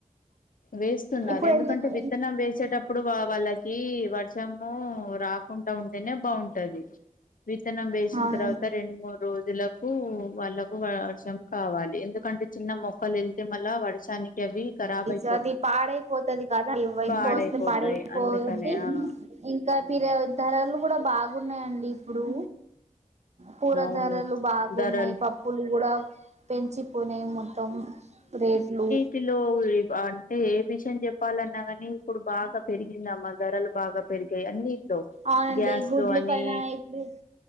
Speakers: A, on the left; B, on the right.
A: వేస్తున్నార్
B: ఇప్పుడు
A: ఎందుకంటే
B: ఎందుకు
A: విత్తనం వేసేటప్ ఇప్పుడు వా వాళ్ళకి వర్షము రాకుంట ఉంటేనే బావుంటది విత్తనం వేసిన్
B: అవును
A: తర్వాత రెండు మూడ్ రోజులకు కూ వాళ్ళకు వార్షం కావాలి ఎందుకంటే చిన్న మొక్కలు యెళ్తే మళ్ళ వాడ్ శాన్ని టబీ కరాబై
B: తది పాడైపోతది కదా ఇవ ఎకువొస్తే
A: పాడైపోతాయి
B: పాడైపోసి
A: అందుకనే ఆ
B: ఇంక్ కా పిర ధరలు గూడా బాగున్నాయండి ఇప్పుడు పూర
A: అవును
B: ధరలు బాగున్నాయ్
A: ధరలు
B: పప్ ప్పులు గుడా పెంచిపోనేయి మొత్తం ప్రేట్లు
A: పిలో వుయ్ అంటే ఏ విషయం చెప్పాలన్నా కానీ ఇప్పుడు బాగా పెరిగిందమ్మా ధరలు బాగా పెరిగాయి అన్నిట్లో
B: అవునండి
A: గ్యాస్
B: గుడ్లు
A: లో అని
B: పైన ఇప్పుడు